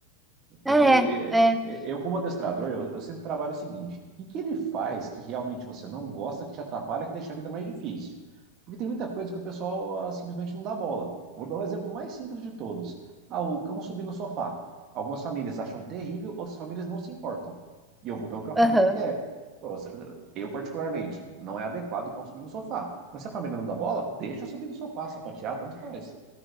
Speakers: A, on the right (about 35°); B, in the centre.
A: Porque
B: É, é,
A: é, é, eu, como adestrador, eu, eu sempre trabalho o seguinte: o que, que ele faz que realmente você não gosta, que te atrapalha, que deixa a vida mais difícil? Porque tem muita coisa que o pessoal ah, simplesmente não dá bola. Vou dar o exemplo mais simples de todos: ah, o cão subir no sofá. Algumas famílias acham terrível, outras famílias não se importam. E eu vou pelo que a família
B: aham,
A: quer. Pô, você- Eu, particularmente, não é adequado o cão subir no sofá. Mas se a família não dá bola, deixa eu subir no sofá, sapatear, tanto faz.